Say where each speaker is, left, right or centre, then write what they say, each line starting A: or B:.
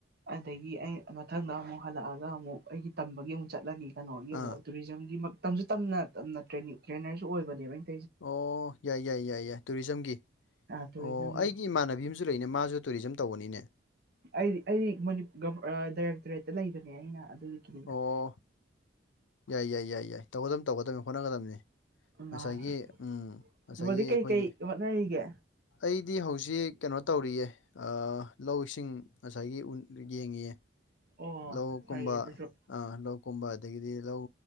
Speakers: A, on the right; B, on the left.
A: ꯑꯗꯒꯤ ꯑꯩ ꯃꯊꯪꯗ ꯑꯃꯨꯛ ꯍꯜꯂꯛꯑꯒ ꯑꯃꯨꯛ ꯑꯩꯒꯤ ꯇꯝꯕꯒꯤ ꯑꯃꯨꯛ ꯆꯠꯂꯒ ꯀꯩꯅꯣꯒꯤ
B: ꯑꯥ
A: ꯇꯨꯔꯤꯖꯝꯒꯤ ꯇꯝꯁꯨ ꯇꯝꯅ ꯇꯅꯅꯤꯡ ꯇ꯭ꯔꯦꯅꯔꯁꯨ ꯑꯣꯏꯕꯅꯦꯕꯩꯅ
B: ꯑꯣ ꯌꯥꯏ ꯌꯥꯏ ꯌꯥꯏ ꯌꯥꯏ ꯇꯨꯔꯤꯖꯝꯒꯤ
A: ꯇꯧꯔꯤꯁꯦ ꯇꯨꯔꯤꯖꯝꯒꯤ
B: ꯑꯣ ꯑꯩꯒꯤ ꯏꯃꯥꯟꯅꯕꯤ ꯁꯨ ꯂꯩꯅꯦ ꯃꯥꯁꯨ ꯇꯨꯔꯤꯖꯝ ꯇꯧꯕꯅꯤꯅꯦ
A: ꯑꯩꯗꯤ ꯑꯩꯗꯤ ꯗꯥꯏꯔꯦꯛꯇꯣꯔꯦꯠꯇ ꯂꯩꯕꯅꯦ ꯑꯩꯅ ꯑꯗꯨꯒꯤ ꯀꯅꯤꯗ
B: ꯑꯣ ꯌꯥꯏ ꯌꯥꯏ ꯌꯥꯏ ꯌꯥꯏ ꯇꯧꯒꯗꯕ ꯇꯧꯒꯗꯕꯅꯤ ꯍꯣꯠꯅꯒꯗꯕꯅꯤ
A: ꯃꯥꯅꯦ
B: ꯉꯁꯥꯏꯒꯤ ꯎꯝ ꯉꯁꯥꯏꯒꯤ
A: ꯕ꯭ꯔꯣꯗꯤ
B: ꯑꯩꯈꯣꯏꯒꯤ
A: ꯀꯩꯀꯩ ꯍꯣꯠꯅꯔꯤꯒꯦ
B: ꯑꯩꯗꯤ ꯍꯧꯖꯤꯛ ꯀꯩꯅꯣ ꯇꯧꯔꯤꯌꯦ ꯂꯧꯁꯤꯡ ꯉꯁꯥꯏꯒꯤ ꯌꯦꯡꯉꯌꯦ
A: ꯑꯣ
B: ꯂꯧ ꯀꯨꯝꯕ
A: ꯐꯩꯌꯦ ꯑꯗꯨꯁꯨ
B: ꯑ ꯂꯧ ꯀꯨꯝꯕ ꯑꯗꯒꯤꯗꯤ ꯂꯧ